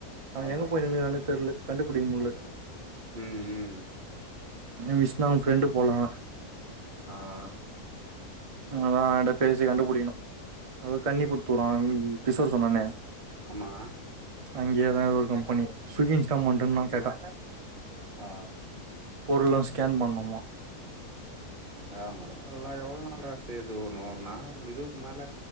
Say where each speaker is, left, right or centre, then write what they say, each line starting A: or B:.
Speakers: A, on the right; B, on the right.
A: அவ
B: ஆ
A: எங்க போய் நின்னுகிறானே தெரியல கண்டுபிடிக்க முடியல
B: ம் ம்
A: விஷ்னா உன் ப்ரெண்டு போலா
B: ஆ
A: அதா அவகிட்ட பேசி கண்டுபிடிக்கணு அதா கன்னிபுத்தூரான் கிஷோர் சொன்னானே
B: ஆமா
A: அங்கேயேதா அது ஒரு கம்பெனி சுக்கி இன்ஸ்டால்மண்டுனா கேட்டா
B: ஆ
A: பொருள்லா ஸ்கேன் பண்ணுமா
B: ஆமா இதெல்லா எவ்ள நாள் செது ஒணு நா ஒரு இதுக்கு மேல